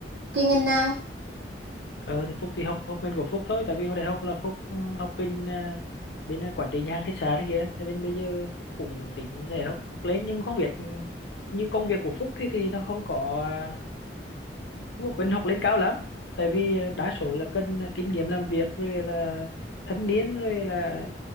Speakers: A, on the right; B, on the left.
A: cái ngành nào
B: ờ thì Phúc thì học học ngành của Phúc thôi tại vì hồi đại học là Phúc ừ, học kinh à, bên à, quản trị nhà hàng khách sạn ấy kìa Thế bên bây giờ Phúc cũng tính sẽ học học lên nhưng mà không biết ừ, như công việc của Phúc thì thì nó không có à, không có cần học lên cao lắm tại vì à, đa số là cần à, kinh nghiệm làm việc rồi là thâm niên rồi là